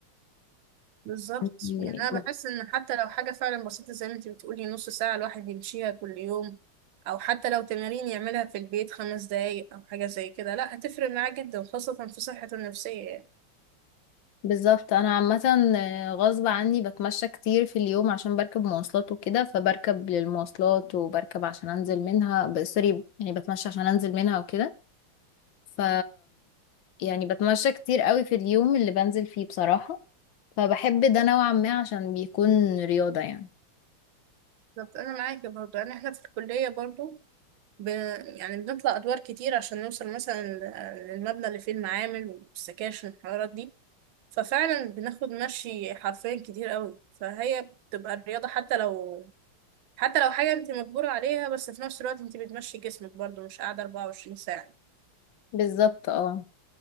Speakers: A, on the right; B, on the left.
A: بالظبط
B: يعني
A: يعني انا بحس ان حتى لو حاجه فعلا بسيطه زي ما انت بتقولي نص ساعه الواحد يمشيها كل يوم او حتى لو تمارين يعملها في البيت خمس دقايق او حاجه زي كده لا هتفرق معاه جدا خاصه في صحته النفسيه يعني
B: بالظبط انا عامه آه، غصب عني بتمشى كتير في اليوم عشان بركب مواصلات وكده فبركب للمواصلات وبركب عشان انزل منها ب- سوري يعني بتمشى عشان انزل منها وكده ف يعني بتمشى كتير قوي في اليوم اللي بنزل فيه بصراحه فبحب ده نوعا ما عشان بيكون رياضه يعني
A: بالظبط انا معاكي برضو يعني احنا في الكليه برضو ب... يعني بنطلع ادوار كتير عشان نوصل مثلا لل- للمبنى اللي فيه المعامل والسكاشن والحوارات دي ففعلا بناخد مشي حرفيا كتير قوي فهي بتبقى الرياضه حتى لو حتى لو حاجة انت مجبورة عليها بس في نفس الوقت انت بتمشي جسمك برضو مش قاعدة 24 ساعة
B: بالظبط اه